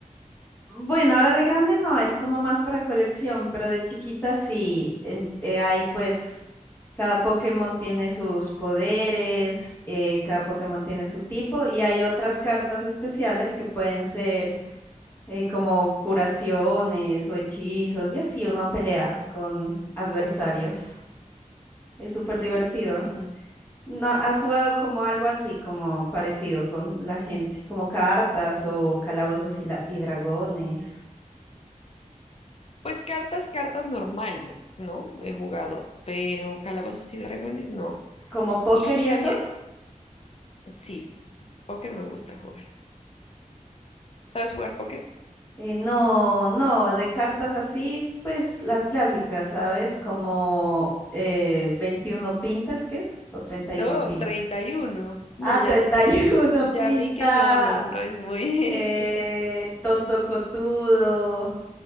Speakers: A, on the left; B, on the left.
A: Bueno, ahora de grande no, es como más para colección, pero de chiquita sí. En- eh, ahí pues cada Pokémon tiene sus poderes, eh, cada Pokémon tiene su tipo y hay otras cartas especiales que pueden ser... eh, como curaciones o hechizos, y así uno pelea con adversarios. Es súper divertido.
B: Mm,
A: ¿No has jugado como algo así, como parecido con la gente, como cartas o calabozos y, la- y dragones,
B: Pues cartas, cartas normal, me- ¿no? He jugado, pero calabozos y dragones no.
A: como póker
B: Y
A: y eso?
B: había, sí, póker me gusta jugar. ¿Sabes jugar póker?
A: Eh, no, no, de cartas así, pues las clásicas, ¿sabes? Como eh, 21 pintas, ¿qué es? O 31
B: No,
A: pintas.
B: treinta y uno No,
A: Ah,
B: ya
A: <laughs> 31
B: vi que, ya
A: pinta.
B: vi que no, no, no es muy...
A: Eh,
B: <laughs>
A: el tonto cotudo,